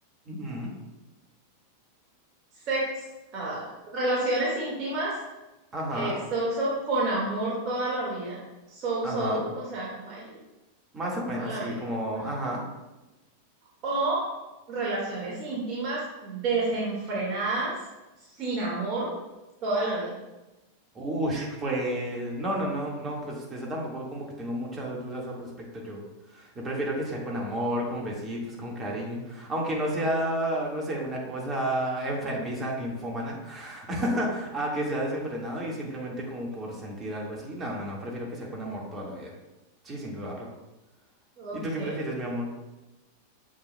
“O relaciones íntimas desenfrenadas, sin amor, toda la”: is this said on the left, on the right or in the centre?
Right